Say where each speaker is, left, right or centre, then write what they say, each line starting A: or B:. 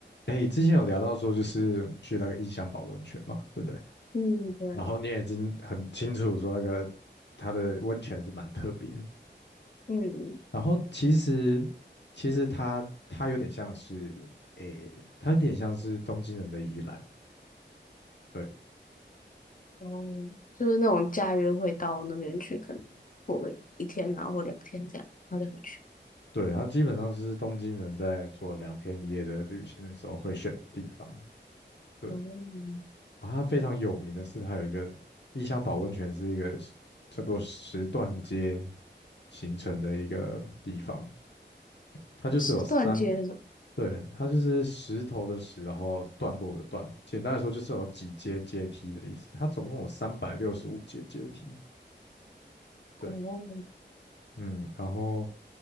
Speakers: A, on the left; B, on the left.
A: 哎，之前有聊到说，就是去那个异香保温泉嘛，对不对？
B: 嗯，对，
A: 然后你也已经很清楚说，那个它的温泉是蛮特别的。
B: 嗯，
A: 然后其实，其实它它有点像是，诶，它有点像是东京人的宜兰，对
B: 哦，就是那种假日会到那边去，可能过个一天，然后或两天这样，然后再回去。
A: 对，它基本上就是东京人在做两天一夜的旅行的时候会选的地方。对，
B: 哦，
A: 然后它非常有名的是，它有一个异香保温泉，是一个叫做石段街形成的一个地方。它就是有三，
B: 石段街是什么？
A: 对，它就是石头的石，然后段落的段。简单来说，就是有几阶阶梯的意思。它总共有三百六十五阶阶梯。对，
B: 哦，
A: 嗯，然后